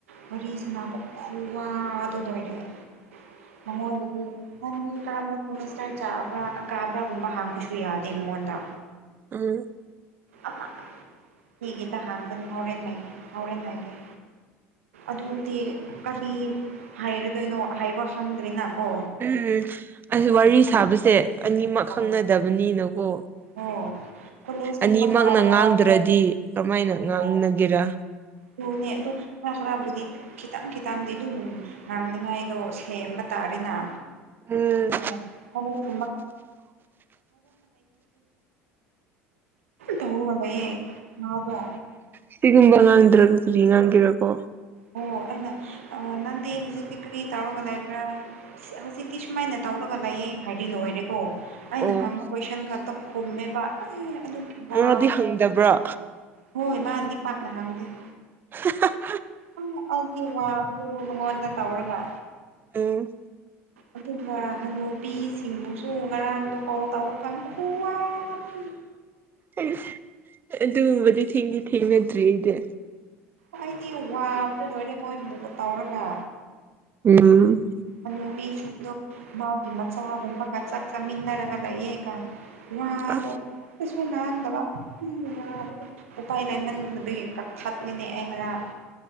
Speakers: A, on the right; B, on the right.
A: ꯋꯥꯔꯤ ꯁꯥꯅꯕ ꯈꯨꯋꯥꯗꯣ ꯂꯣꯏꯔꯦ ꯃꯉꯣꯟꯗꯗꯤ ꯅꯪꯒꯤ ꯀꯔꯝꯕꯁꯇ ꯆꯥꯕ ꯀꯥꯕ꯭ꯔꯥꯒꯨꯝꯕ ꯍꯥꯡꯕꯁꯨ ꯌꯥꯗꯦ ꯃꯉꯣꯟꯗ
B: ꯎꯝ
A: ꯑꯃꯛꯃꯤꯒꯤꯗ ꯍꯥꯡꯒꯅꯤ ꯍꯣꯔꯦꯟ ꯍꯥꯏꯒꯦ ꯍꯧꯔꯦꯟ ꯍꯥꯏꯒꯦ ꯑꯗꯨꯗꯤ ꯀꯔꯤ ꯍꯥꯏꯔꯗꯣꯏꯅꯣ ꯍꯥꯏꯕ ꯈꯪꯗ꯭ꯔꯦꯅ ꯀꯣ
B: ꯎꯝ ꯑ ꯋꯥꯔꯤ ꯁꯥꯕꯁꯦ ꯑꯅꯤꯃꯛ
A: ꯑꯣ
B: ꯈꯪꯅꯗꯕꯅꯤꯅꯀꯣ
A: ꯑꯣ ꯀꯣꯂꯦꯖꯀꯨꯝꯕ
B: ꯑꯅꯤꯃꯛꯅ
A: ꯀꯥꯕ꯭ꯔꯥ
B: ꯉꯥꯡꯗ꯭ꯔꯗꯤ ꯀꯔꯝꯃꯥꯏꯅ
A: ꯑꯣ
B: ꯉꯥꯡꯅꯒꯦꯔꯥ
A: 'ꯑꯗꯨꯅꯦ ꯈꯔ ꯈꯔ ꯕꯨꯗꯤ ꯈꯤꯇꯪ ꯈꯤꯇꯪꯗꯤ ꯑꯗꯨꯝ ꯉꯥꯡꯅꯤꯉꯥꯏꯗꯣ ꯁꯦꯝꯕ ꯇꯥꯔꯦꯅ
B: ꯎꯝ
A: <inaudible> ꯎꯝ ꯗꯨꯝ ꯇꯧꯔꯒ ꯂꯩꯌꯦ ꯃꯥꯗꯣ
B: ꯁꯤꯒꯨꯝꯕ ꯉꯥꯡꯗ꯭ꯔꯒ ꯀꯔꯤ ꯉꯥꯡꯒꯤꯔꯕꯣ
A: ꯑꯣ ꯑꯩꯅ ꯑꯣ ꯅꯪꯗꯤ ꯍꯧꯖꯤꯛꯇꯤ ꯀꯔꯤ ꯇꯧꯔꯒ ꯂꯩꯕ꯭ꯔꯥ ꯍꯧꯖꯤꯛꯇꯤ ꯁꯨꯃꯥꯏꯅ ꯇꯧꯔꯒ ꯂꯩꯌꯦ ꯍꯥꯏꯗꯤ ꯂꯣꯏꯔꯦꯀꯣ ꯑꯩꯅ
B: ꯑꯣ
A: ꯍꯪꯕ ꯀꯣꯏꯁꯟ ꯈꯛꯇ ꯈꯨꯝꯃꯦꯕ ꯑꯦ ꯑꯗꯨ
B: ꯃꯥꯗꯤ
A: ꯋꯥꯕ
B: ꯍꯪꯗꯕ꯭ꯔꯣ
A: ꯍꯣꯏ ꯃꯥꯥꯟꯅꯗꯤ ꯄꯥꯝꯅ ꯍꯥꯪꯒꯦ
B: ꯍ
A: ꯎ ꯑꯩꯗꯤ ꯋꯥꯕꯗꯨ ꯃꯉꯣꯟꯗ ꯇꯧꯔꯒ
B: ꯎꯝ
A: ꯑꯗꯨꯒ ꯍꯅꯨꯕꯤꯁꯤꯡꯕꯨꯁꯨ ꯉꯔꯥꯡꯗꯣ ꯀꯣꯜ ꯇꯧꯕ ꯀꯥꯟ ꯈꯨꯋꯥꯗꯤ
B: ꯑ ꯑꯗꯨꯒꯨꯝꯕꯗꯤ ꯊꯦꯡꯗꯤ ꯊꯦꯡꯅꯗ꯭ꯔꯤ ꯑꯩꯗꯤ
A: ꯑꯩꯗꯤ ꯋꯥꯕꯗ ꯂꯣꯏꯔꯦ ꯃꯣꯏꯒꯨꯝꯅ ꯇꯧꯔꯒ
B: ꯎꯝ
A: ꯑꯅꯨꯕꯤꯁꯤꯡꯗꯣ ꯃꯥꯒꯤ ꯃꯆꯥꯒꯨꯝꯕꯒ ꯆꯥꯛ ꯆꯥꯃꯤꯟꯅꯔꯒ ꯂꯩꯌꯦ ꯀꯅ ꯋꯥꯗꯣ
B: ꯑ
A: ꯀꯩꯁꯨ ꯉꯥꯡꯗꯕ ꯍꯝ ꯌꯥꯔꯣꯏ ꯈꯋꯥꯏ ꯂꯩꯃꯟꯕꯕꯒꯤ ꯀꯛꯊꯠꯂꯤꯅꯦ ꯑꯩ ꯉꯔꯥꯡ